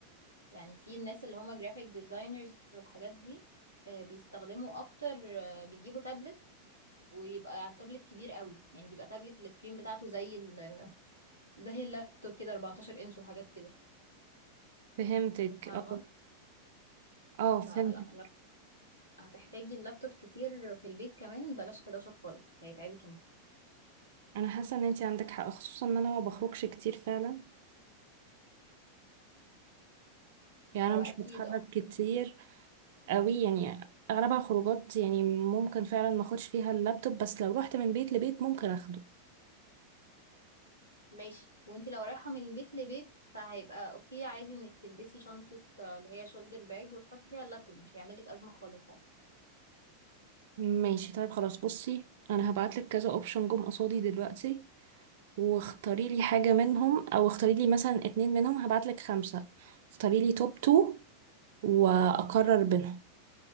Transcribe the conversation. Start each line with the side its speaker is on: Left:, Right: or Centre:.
Left: يعني في الناس اللي هما جرافيك ديزاينرز والحاجات دي آه، بيستخدموا اكتر آه، بيجيبوا تابلت ويبقى تابلت كبير قوي يعني بيبقى تابلت السكرين بتاعته زي ال زي اللابتوب كده 14 انش وحاجات كده
Right: فهمتك
Left: فاهمة
Right: اه اه فهمتك
Left: فلا لا هتحتاجي اللابتوب كتير في البيت كمان بلاش 11 خالص هيتعبك انت
Right: انا حاسه ان انت عندك حق خصوصا ان انا ما بخرجش كتير فعلا يعني
Left: هو
Right: انا
Left: اكيد
Right: مش بتحرك كتير قوي يعني اغلبها خروجات يعني ممكن فعلا ما اخدش فيها اللابتوب بس لو رحت من بيت لبيت ممكن اخده
Left: ماشي وانتي لو رايحة من بيت لبيت فهيبقى اوكي عادي انك تلبسي شنطة آه، اللي هي شولدر باج وتحطي فيها اللابتوب مش هيعملك ازمة خالص عادي.
Right: ماشي طيب خلاص بصي انا هبعتلك كذا اوبشن جم قصادي دلوقتي واختاري لي حاجة منهم او اختاري لي مثلا اتنين منهم هبعتلك خمسة اختاري لي توب تو واقرر بينهم